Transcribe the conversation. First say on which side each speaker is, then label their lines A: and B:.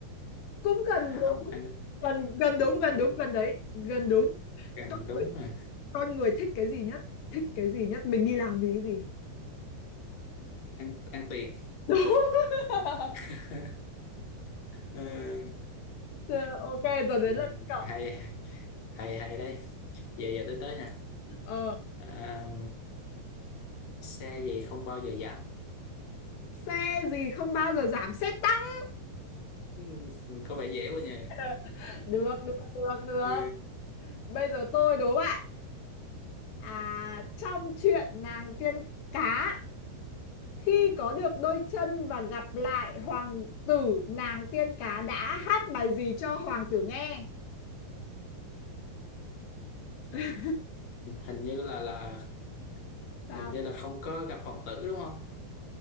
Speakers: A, on the left; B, on the left.
A: cũng gần
B: à,
A: đúng
B: không ăn
A: gần gần đúng gần
B: ăn
A: đúng gần đấy gần đúng
B: gần
A: con
B: đúng
A: người,
B: rồi
A: con người thích cái gì nhất thích cái gì nhất mình đi làm vì cái gì
B: ăn ăn tiền
A: đúng <laughs>
B: <laughs> Ờ,
A: Ờ, ok giờ đến
B: ừ,
A: lượt cậu
B: hay hay hay đây giờ giờ tới tới nè
A: ờ,
B: à, xe gì không bao giờ giảm
A: xe gì không bao giờ giảm xe tăng
B: Ừ, có vẻ dễ quá nhỉ
A: <laughs> được được được được
B: ừ,
A: bây giờ tôi đố bạn à trong chuyện nàng tiên cá khi có được đôi chân và gặp lại hoàng tử nàng tiên cá đã hát bài gì cho hoàng tử nghe <laughs>
B: hình hình như là là
A: Tao
B: hình như là không có gặp hoàng tử đúng không